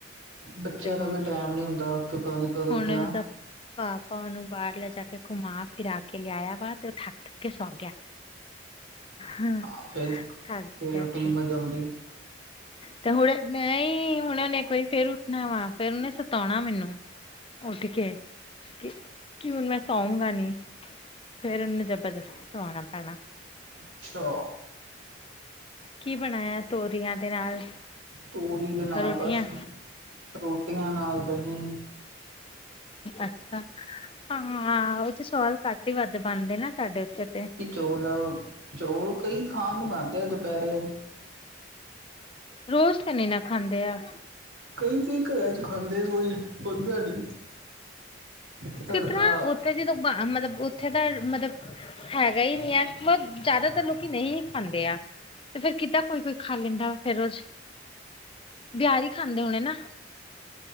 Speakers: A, on the right; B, on the left.
A: ਬੱਚਿਆਂ
B: ਤੇ
A: ਦਾ
B: ਹੁਣ
A: ਕੋਈ ਟੈਮ ਨੀ ਹੁੰਦਾ ਕੋਈ ਪਤਾ ਨੀ ਕਦ ਉੱਠ
B: ਹੁਣ
A: ਜਾਣ।
B: ਉਹਦਾ ਪਾਪਾ ਉਹਨੂੰ ਬਾਹਰ ਲੇੈਜਾ ਕੇ ਘੁੰਮਾ ਫਿਰਾ ਕੇ ਲਿਆਇਆ ਵਾ ਤੇ ਉਹ ਥੱੱਕ ਕੇ ਸੌ ਗਿਆ। ਹੂੰ
A: ਹਾਂ ਫਿਰ ਸਵੇਰੇ
B: ਥੱਕ ਗਿਆ
A: ਉੱਠ ਜੂੰਗਾ
B: ਸੀ।
A: ਜਲਦੀ
B: ਤੇ ਹੁਣ ਨਈ ਹੁਣ ਉਹਨੇ ਇੱਕ ਵਾਰੀ ਫੇਰ ਉੱਠਣਾ ਵਾ ਫਿਰ ਉਹਨੇ ਸਤਾਉਣਾ ਮੈਨੂੰ। ਉੱਠ ਕੇ, ਕ ਕਿ ਹੁਣ ਮੈਂ ਸੌਉਗਾ ਨੀ। ਫੇਰ ਇੰਨੂ ਜਬਰਦਸਤੀ ਸੁਵਾਣਾ ਪੈਣਾ।
A: ਅੱਛਾ
B: ਕੀ ਬਣਾਇਆ ਤੋਰੀਆਂ ਦੇ ਨਾਲ
A: ਤੋਰੀ ਦੇ ਨਾਲ
B: ਰੋਟੀਆਂ?
A: ਬਸ ਰੋਟੀਆਂ ਨਾਲ ਦਹੀ।
B: ਅੱਛਾ। ਹਾਂ ਉਹ ਤੇ ਸੋਲ ਘੱਟ ਹੀ ਵੱਧ ਬਾਨਦੇ ਨਾ ਸਾਡੇ ਉੱਥੇ ਤੇ।
A: ਚੌਲ, ਚੋਲ ਕਈ ਖਾਨ ਨੂੰ ਖਾਂਦੇ ਆ ਦੁਪੇਰੇ।
B: ਰੋਜ਼ ਤੇ ਨੀ ਨਾ ਖਾਂਦੇ ਆ।
A: ਕਈ-ਕਈ ਕਰਾਂ ਚ ਖਾਂਦੇ ਰੋਜ਼ ਓਦਾਂ ਨੀ। ਘਰ
B: ਕਿਸ ਤਰ੍ਹਾਂ
A: ਦਾ
B: ਉੱਥੇ ਜਦੋਂ ਮ ਮਤਬ ਉੱਥੇ ਦਾ ਮਤਬ ਹੈਗਾ ਹੀ ਨੀ ਆ ਬਤ ਜਾਦਾਤਰ ਲੋਕੀ ਨੀ ਵੀ ਖਾਂਦੇ ਆ। ਤੇ ਫੇਰ ਕਿੱਦਾਂ ਕੋਈ-ਕੋਈ ਖਾ ਲੈਂਦਾ ਫੇਰ ਰੋਜ਼ ਵਿਆਰੀ ਖਾਂਦੇ ਹੋਣੇ ਨਾ।